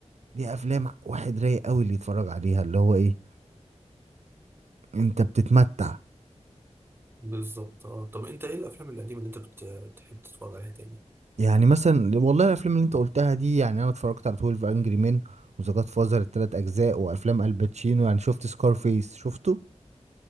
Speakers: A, on the right; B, on the right.
A: دي افلام واحد رايق قوي اللي يتفرج عليها اللي هو ايه انت بتتمتع
B: بالظبط اه طب انت ايه الافلام القديمة اللي انت بت- بتحب تتفرج عليها تاني
A: يعني مثلا والله الافلام اللي انت قلتها دي يعني انا اتفرجت على 12 انجري مان وذا جاد فازر التلات اجزاء وافلام الباتشينو يعني شفت سكارفيس شفته